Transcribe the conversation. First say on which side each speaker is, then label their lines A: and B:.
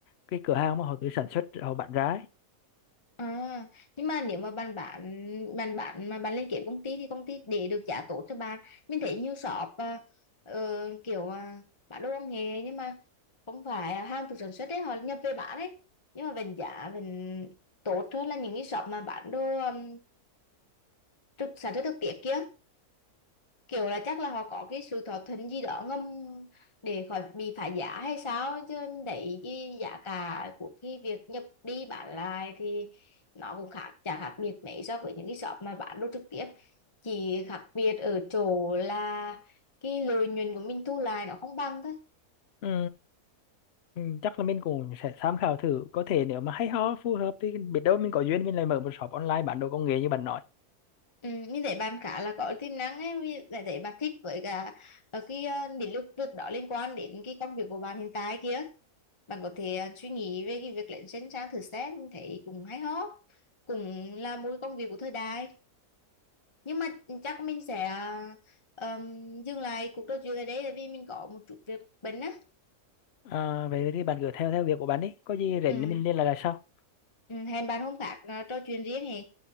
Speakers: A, on the left (about 60°); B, on the left (about 25°).
A: cái cửa hàng mà họ cứ sản xuất họ bán ra ấy.
B: À, nhưng mà nếu mà bạn bán bạn bán mà bạn lên kế công ty thì công ty để được giá tốt cho bạn mình thấy nhiều shop à, ờ, kiểu à, bán đồ công nghệ nhưng mà không phải à, hàng từ sản xuất đấy họ nhập về bán đấy nhưng mà vẫn giá vẫn tốt hơn là những cái shop mà bán đồ um, trực sản xuất thực tiễn kia kiểu là chắc là họ có cái sự thỏa thuận gì đó ngầm để khỏi bị phá giá hay sao chứ đấy cái giá cả của cái việc nhập đi bán lại thì nó cũng khác chả khác biệt mấy so với những cái shop mà bán đồ trực tiếp chỉ khác biệt ở chỗ là cái lợi nhuận của mình thu lại nó không bằng thôi
A: Ừ, ừ, chắc là mình cũng sẽ tham khảo thử có thể nếu mà hay ho phù hợp thì biết đâu mình có duyên mình lại mở một shop online bán đồ công nghệ như bạn nói
B: ừ, mình thấy bạn khá là có tiềm năng ấy mình thấy thấy bạn thích với cả ờ, cái uh, lĩnh vực đó liên quan đến cái công việc của bạn hiện tại kia bạn có thể à, suy nghĩ về cái việc lên trên trang thử xét thấy cũng hay ho cũng là một cái công việc của thời đại nhưng mà chắc mình sẽ à, ờm, dừng lại cuộc trò chuyện ở đây tại vì mình có một chút việc bận á
A: à, vậy thì bạn cứ theo theo việc của bạn đi có gì rảnh
B: ừ.
A: thì mình liên lạc là sau
B: ừ, hẹn bạn hôm khác à, trò chuyện riêng hè